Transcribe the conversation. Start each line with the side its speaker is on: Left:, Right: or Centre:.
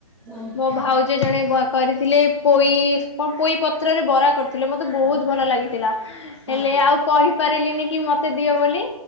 Right: ହୁଁ
Left: ମୋ ଭାଉଜ ଜଣେ କରିଥିଲେ ପୋଇ କଣ ପୋଇ ପତ୍ରରେ ବରା। କରିଥିଲେ ମୋତେ ବହୁତ
Right: ହୁଁ
Left: ଭଲ ଲାଗିଥିଲା
Right: ହଁ।
Left: ହେଲେ ଆଉ କହିପାରିଲିନି କି ମତେ ଦିଅ ବୋଲି